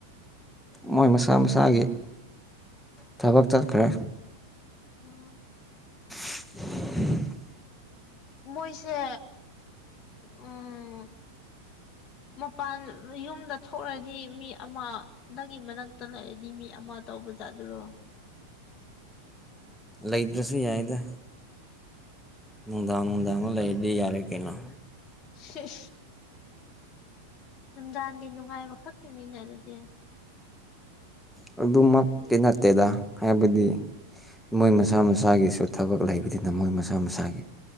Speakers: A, in the centre; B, on the left (about 30°).
A: ꯃꯣꯏ ꯃꯁꯥ ꯃꯁꯥꯒꯤ ꯊꯕꯛ ꯆꯠꯈ꯭ꯔꯦ
B: ꯎꯝ
A: <unintelligible>
B: ꯃꯣꯏꯁꯦ ꯎꯝ ꯃꯄꯥꯟ ꯌꯨꯝꯗ ꯊꯣꯛꯂꯗꯤ ꯃꯤ ꯑꯃ ꯅꯪꯒꯤ ꯃꯅꯥꯛꯇ ꯂꯩꯔꯗꯤ ꯃꯤ ꯑꯃ ꯇꯧꯕꯖꯥꯠ ꯑꯗꯨꯔꯣ
A: ꯂꯩꯗ꯭ꯔꯁꯨ ꯌꯥꯏꯗ ꯅꯨꯡꯗꯥꯡ ꯅꯨꯡꯗꯥꯅ ꯂꯩꯗꯤ ꯌꯥꯔꯦ ꯀꯩꯅꯩꯅ
B: ꯁꯤꯖ ꯅꯨꯡꯗꯥꯡꯒꯤ ꯅꯨꯡꯉꯥꯏꯕ ꯈꯛꯀꯤꯅꯤꯅ ꯑꯗꯨꯗꯤ
A: ꯑꯗꯨꯃꯛꯇꯤ ꯅꯠꯇꯦꯗ ꯍꯥꯏꯕꯗꯤ ꯃꯣꯏ ꯃꯁꯥ ꯃꯁꯥꯒꯤꯁꯨ ꯊꯕꯛ ꯂꯩꯕꯗꯤꯅ ꯃꯣꯏ ꯃꯁꯥ ꯃꯁꯥꯒꯤ